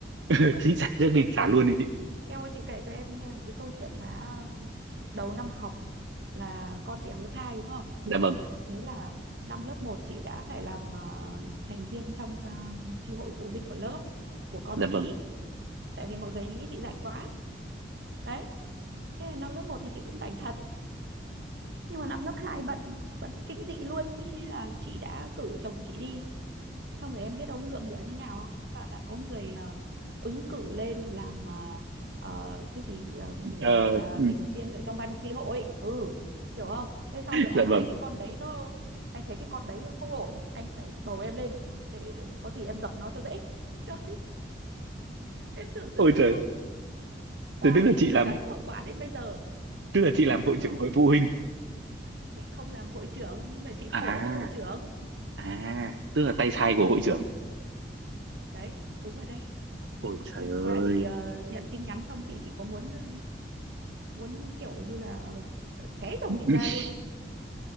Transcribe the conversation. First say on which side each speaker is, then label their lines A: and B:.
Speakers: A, on the right; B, on the right.
A: <laughs>
B: Kiếp,
A: chị xả trước đi, xả luôn đi chị.
B: eo ơi, chị kể cho em nghe một cái câu chuyện mà đầu năm học là con chị học lớp 2 đúng không?
A: Dạ vâng,
B: Thế là năm lớp một chị đã phải làm ờ, thành viên trong ờ, chi hội phụ huynh của lớp của con
A: dạ
B: chị.
A: vâng.
B: Tại vì mọi người nghĩ chị rảnh quá. Đấy, thế là năm lớp một thì chị cũng rảnh thật nhưng mà năm lớp 2 bận bận kinh dị luôn thế là chị đã cử chồng chị đi xong rồi em biết ông ngựa ngựa thế nào không bảo là có người ờ, ứng cử lên làm ờ, ờ, cái gì ờm,
A: Ờ,
B: là
A: ừ,
B: thành viên ở trong ban tri hội ừ hiểu không thế xong rồi anh
A: dạ vâng.
B: thấy cái con đấy nó anh thấy cái con đấy nó không ổn anh phải bầu em lên để có gì em dập nó cho dễ <laughs> trời em tưởng tượng
A: Ôi
B: được
A: trời,
B: không và
A: thế tức là
B: chị
A: chị làm
B: gánh hậu quả đến bây giờ
A: tức là chị
B: cuối
A: làm
B: năm
A: hội
B: học
A: trưởng hội phụ huynh.
B: chị không làm hội trưởng nhưng mà chị
A: À,
B: khổ hơn hội trưởng
A: à, tức là tay sai của hội trưởng.
B: đấy đúng rồi đấy
A: Ôi trời
B: hôm
A: ơi,
B: qua chị ờ, nhận tin nhắn xong chị chỉ có muốn ờ, muốn kiểu như là ờ, xé chồng
A: <laughs>
B: chị ra luôn ấy